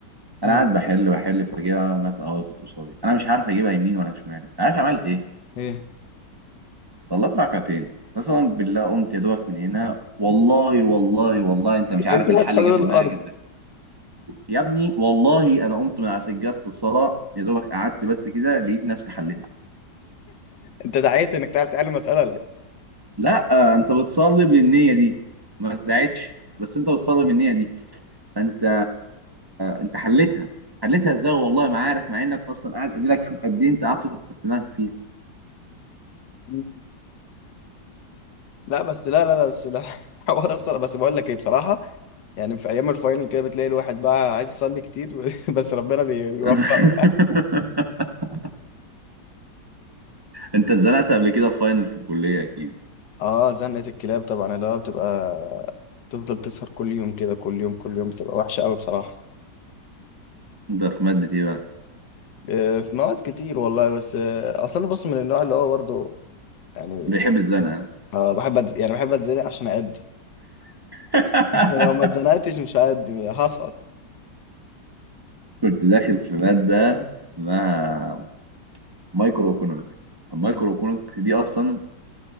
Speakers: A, on the right; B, on the left.
A: انا
B: امم
A: قاعد بحل بحل فجاه مساله وقفت قصادي انا مش عارف اجيبها يمين ولا شمال انت عارف عملت إيه؟
B: ايه
A: صليت ركعتين قسما بالله قمت يا دوبك من هنا والله والله والله انت مش عارف
B: انت
A: الحل
B: هتحلول
A: جه في دماغك
B: الارض
A: ازاي يا ابني والله انا قمت من على سجادة الصلاة يا دوبك قعدت بس كده لقيت نفسي حليتها
B: انت دعيت انك تعرف تحل مساله ولا
A: لا آه، انت بتصلي بالنية دي ما دعيتش بس انت بتصلي بالنية دي فانت انت حليتها حليتها ازاي والله ما عارف مع انك اصلا قاعد اديلك شوف قد ايه انت قعدت تحط في دماغك فيها
B: إيه؟ لا بس لا لا لا بس لا <laughs> حوار اصلا بس بقول لك ايه بصراحه يعني في ايام الفاينل كده بتلاقي الواحد بقى عايز يصلي كتير و- <laughs> بس ربنا بي- بيوفقه
A: <laughs>
B: يعني
A: انت اتزنقت قبل كده في فاينل في الكلية اكيد
B: اه زنقه الكلاب طبعا اللي هو بتبقى تفضل تسهر كل يوم كده كل يوم كل يوم بتبقى وحشه قوي بصراحه
A: انت في مادة ايه بقى
B: آه، في مواد كتير والله بس آه، اصل انا بص من النوع اللي هو برضو يعني
A: بيحب الزنقة
B: اه بحب أتز... يعني بحب اتزنق عشان ادي
A: <laughs>
B: <laughs> لو ما اتزنقتش مش هادي هسقط
A: كنت داخل في مادة اسمها مايكرو ايكونومكس المايكرو
B: حلو
A: ايكونومكس دي أصلا